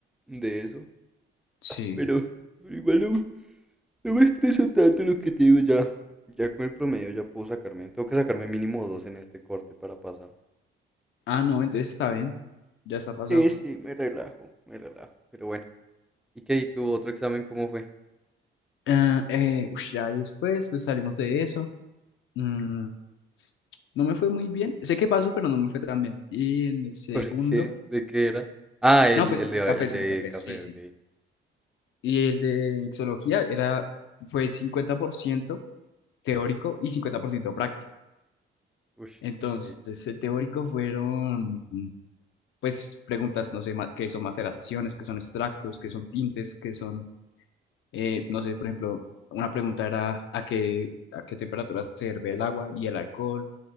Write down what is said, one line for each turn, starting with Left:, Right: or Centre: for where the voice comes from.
Centre: de eso,
Left: Sí.
Centre: pero, pero igual no. No me estresa tanto lo que te digo ya. Ya con el promedio ya puedo sacarme. Tengo que sacarme mínimo dos en este corte para pasar.
Left: Ah, no, entonces está bien, ya está pasado.
Centre: Sí, sí, me relajo, me relajo. Pero bueno. ¿Y qué? ¿Y tu otro examen cómo fue? <laughs>
Left: Ah, eh, ush, ya después, pues salimos de eso. Mm, no me fue muy bien, sé que pasó, pero no me fue tan bien. Y en el segundo,
Centre: ¿Por qué? ¿De qué era? Ah, el,
Left: no, pues
Centre: el
Left: el
Centre: de,
Left: de café,
Centre: el
Left: es
Centre: de
Left: el de café,
Centre: café,
Left: sí, sí.
Centre: ok.
Left: Y el de exología era, fue 50% teórico y 50% práctico.
Centre: Ush,
Left: Entonces,
Centre: ok, sí.
Left: el teórico fueron pues preguntas, no sé, ma- qué son maceraciones, qué son extractos, qué son tintes, qué son, eh, no sé, por ejemplo, una pregunta era a qué, a qué temperatura se hierve el agua y el alcohol,